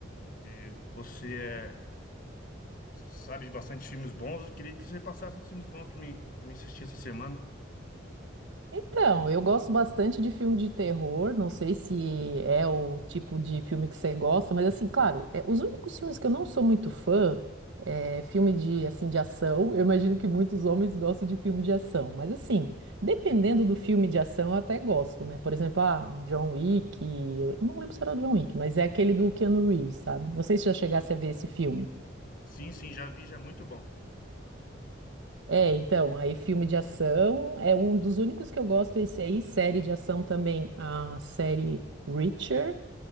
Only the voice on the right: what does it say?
Então, eu gosto bastante de filme de terror. Não sei se é o tipo de filme que você gosta, mas assim, claro, é, os únicos filmes que eu não sou muito fã é filme de assim de ação. Eu imagino que muitos homens gostam de filme de ação, mas assim, dependendo
do filme de ação, eu até gosto, né? Por exemplo, ah, John Wick. Eu não lembro se era o John Wick, mas é aquele do Keanu Reeves, sabe? Não sei se já chegasse a ver esse filme.
É, então, aí filme de ação é um dos únicos que eu gosto, esse aí, série de ação também, a série Reacher,